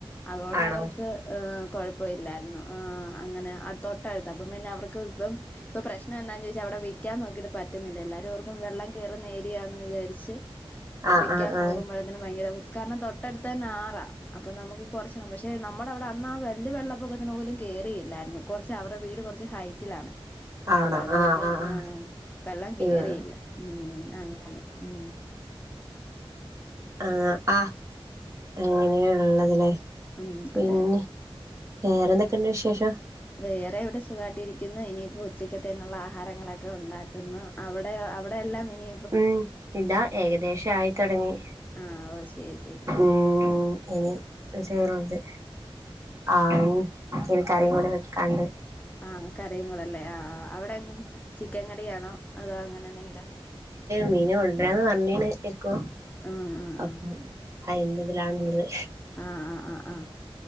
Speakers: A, on the left; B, on the right.
A: അതുകൊണ്ട്
B: ആണോ
A: അവർക്ക് ഏഹ് കൊഴപ്പം ഇല്ലായിരുന്നു ആഹ് അങ്ങനെ തൊട്ടടുത്താ അപ്പം പിന്നെ അവർക്ക് ഇപ്പം ഇപ്പം പ്രശ്നം എന്താന്ന് ചോദിച്ചാ അവിടെ വിക്കാൻ നോക്കിട്ട് പറ്റുന്നില്ല എല്ലാരും ഓർക്കും വെള്ളം കേറുന്ന ഏരിയായന്ന് വിചാരിച്ച്
B: <inaudible>
A: വിക്കാൻ
B: ആ
A: നോക്കുമ്പഴത്തേനും ഭയങ്കര കാരണം തൊട്ടടുത്ത് തന്നെ ആറാ അപ്പം നമ്മക്ക് കുറചാവും പക്ഷെ നമ്മടെ അവിടെ അന്ന് ആഹ് വല്യ വെള്ളപ്പൊക്കത്തിന് പോലും കയറിലാ ഇല്ലാരുന്നു കുറച്ച് അവരുടെ വീട് കുറച്ച് ഹൈറ്റിലാണ്
B: ആണോ
A: അപ്പൊ അതുകൊണ്ട്
B: ആ ആ ആ
A: ആഹ് വെള്ളം കേറിയില്ല
B: ഉം
A: ഉം അങ്ങനെ ഉം
B: ഉം ആഹ് അങ്ങനെയുള്ളതല്ലേ
A: ഉം
B: പിന്നെ
A: അതെ
B: വേറെന്തൊക്കെയുണ്ട് വിശേഷം
A: വേറെ ഇവിടെ സുഖായിട്ട് ഇരിക്കുന്നു ഇനിയിപ്പോ ഉച്ചക്കത്തേന് ഉള്ള ആഹാരങ്ങളൊക്കെ ഉണ്ടാക്കുന്നു അവിടെ അവിടെ എല്ലാം ഇനി
B: ഉം ഇല്ലാ ഏകദേശം ആയിത്തുടങ്ങി
A: ആഹ് ഓ ശരി ശരി
B: ഉം ഇനി ചെറുത് ആഹ് ഉം ഇനി കറിയും കൂടി വെക്കാണ്ട്
A: ആഹ് കറിയും കൂടെല്ലേ ആഹ് ആഹ് അവിടെ എങ്ങനെ ചിക്കൻ കറിആണോ അതോ അങ്ങനെ എന്തെങ്കിലും
B: മീൻ കൊണ്ട്രാന്ന് പറഞീന്നു ഇക്കു
A: ആഹ് ആഹ്
B: അപ്പൊ ആഹ് എന്ത്തിലാണ്ള്ളത്
A: ആഹ്ആഹ്ആഹ്